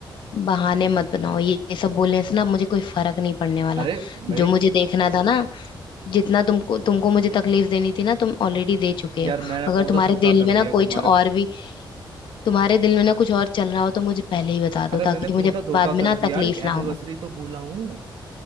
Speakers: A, on the left (about 70°); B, on the right (about 80°).
A: बहाने मत बनाओ ये, ये सब बोलने से ना मुझे कोई फर्क नहीं पड़ने वाला
B: अरे मेरी
A: जो मुझे देखना था ना जितना तुमको तुमको मुझे तकलीफ देनी थी ना तुम ऑलरेडी दे चुके
B: यार
A: हो
B: मैंने
A: अगर
B: कौन
A: तुम्हारे
B: सा धोखा
A: दिल
B: कर
A: में
B: दिया
A: ना कुछ
B: तुम्हारे
A: और भी तुम्हारे दिल में ना कुछ और चल रहा हो तो मुझे पहले ही बता दो
B: अरे मैंने
A: ताकि
B: कौन
A: मुझे
B: सा धोखा
A: बाद में
B: कर
A: ना
B: दिया
A: तकलीफ
B: यार एक
A: ना
B: एनिवर्सरी
A: हो
B: तो भूला हूँ